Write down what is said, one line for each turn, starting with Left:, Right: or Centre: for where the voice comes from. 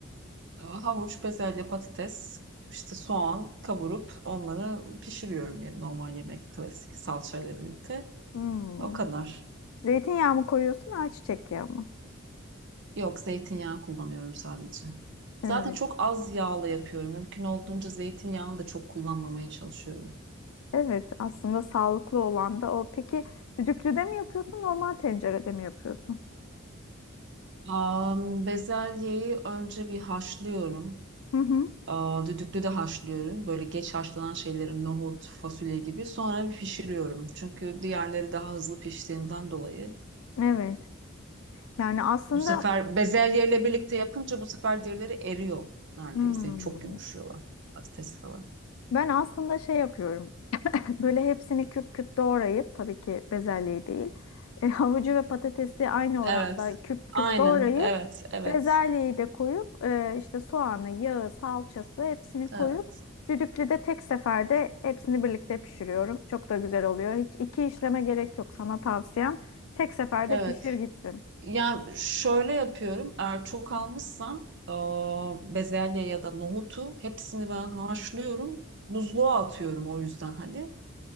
Right: e, havuç, bezelye, patates, işte soğan kavurup onları pişiriyorum yani normal yemek klasik salçayla birlikte.
Left: Hmm.
Right: O kadar.
Left: Zeytinyağı mı koyuyorsun, ayçiçek yağı mı?
Right: Yok zeytinyağı kullanıyorum sadece.
Left: Evet,
Right: Zaten çok az yağla yapıyorum. Mümkün olduğunca zeytinyağını da çok kullanmamaya çalışıyorum.
Left: evet. Aslında sağlıklı olan da o. Peki düdüklüde mi yapıyorsun, normal tencerede mi yapıyorsun?
Right: Am, bezelyeyi önce bir haşlıyorum.
Left: Hı hı.
Right: Aa, düdüklü de haşlıyorum. Böyle geç haşlanan şeyleri nohut, fasulye gibi. Sonra bir pişiriyorum. Çünkü diğerleri daha hızlı piştiğinden dolayı.
Left: Evet. Yani aslında
Right: Bu sefer bezelyeyle birlikte yapınca bu sefer diğerleri eriyor neredeyse.
Left: hmm,
Right: Çok yumuşuyorlar. Patates falan.
Left: ben aslında şey yapıyorum. Böyle hepsini küp küp doğrayıp tabii ki bezelyeyi değil. E, havucu ve patatesi aynı
Right: Evet.
Left: oranda küp
Right: Aynen.
Left: küp doğrayıp
Right: Evet. Evet.
Left: bezelyeyi de koyup e, işte soğanı, yağı, salçası hepsini koyup
Right: Evet.
Left: düdüklüde tek seferde hepsini birlikte pişiriyorum. Çok da güzel oluyor. Hiç iki işleme gerek yok sana tavsiyem. Tek seferde
Right: Evet.
Left: pişir gitsin.
Right: Yani şöyle yapıyorum. Eğer çok almışsam aa, bezelye ya da nohutu hepsini ben haşlıyorum. Buzluğa atıyorum o yüzden hani.